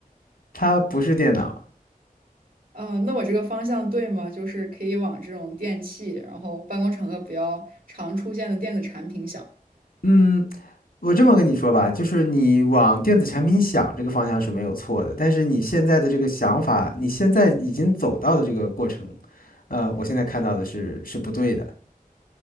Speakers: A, on the left; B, on the right.
A: 它不是电脑。
B: 呃，那我这个方向对吗？就是可以往这种电器，然后办公场合比较常出现的电子产品想。
A: 嗯，我这么跟你说吧，就是你往电子产品想这个方向是没有错的，但是你现在的这个想法，你现在已经走到的这个过程，呃，我现在看到的是是不对的。